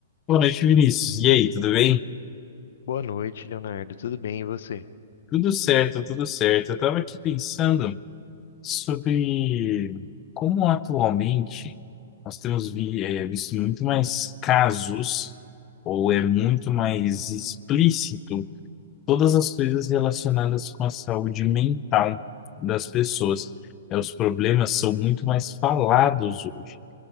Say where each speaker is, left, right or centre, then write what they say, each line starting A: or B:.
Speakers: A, on the left; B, on the left.
A: Boa noite, Vinícius. E aí, tudo bem?
B: Boa noite, Leonardo. Tudo bem, e você?
A: Tudo certo, tudo certo. Eu estava aqui pensando sobre como atualmente nós temos vi- eh, visto muito mais casos, ou é muito mais explícito, todas as coisas relacionadas com a saúde mental das pessoas. Eh, os problemas são muito mais falados hoje.